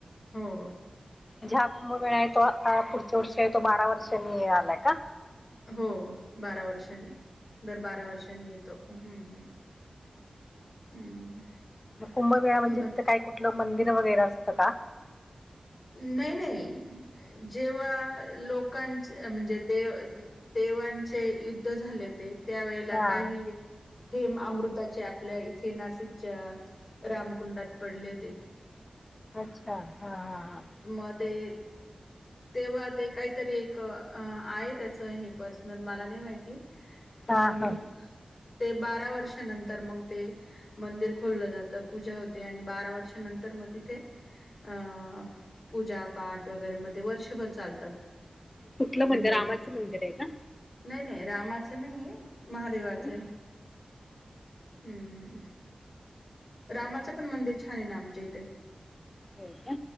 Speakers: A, on the left (about 55°); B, on the left (about 30°).
A: हो.
B: ज्या कुंभ वेळा आहे, तो आ पुढच्या वर्ष आहे, तो बारा वर्षनी आलाय का
A: हो बारा वर्षांनी. दर बारा वर्षांनी येतोम् हम्म हम्म हम्म.
B: कुंभमेळा म्हणजे
A: ब
B: तिथं काय कुठलं मंदिर वगैरे असतं का.
A: नाही नाही. जेव्हा लोकांच म्हणजे देव देवांचे युद्ध झाले ते. त्या वेळेला
B: हा
A: काही. थेंब अमृताचे आपल्या इथे नाशिकच्या रामकुंडात पडले होते. <inaudible>
B: अच्छा हा हा हा.
A: मध्ये. तेव्हा ते काहीतरी एक आहे, त्याच हे पर्सनल मला नाही माहिती. पण
B: हा
A: मंग.
B: हा हा.
A: ते बारा वर्षानंतर मग ते मंदिर खोलोललं जातं पूजा होते आणि बारा वर्षानंतर. तर मग तिथे अ. पूजा पाठ वगैरे मध्ये वर्षभर चालतं.
B: कुठलं
A: म्हणजे
B: मंदिर रामाचं मंदिर आहे का?
A: नाही नाही रामा नाही आहे महादेवाच
B: हं.
A: हम्मम्. रामाचं पण मंदिर छान आहे ना आमच्या इथे
B: होय का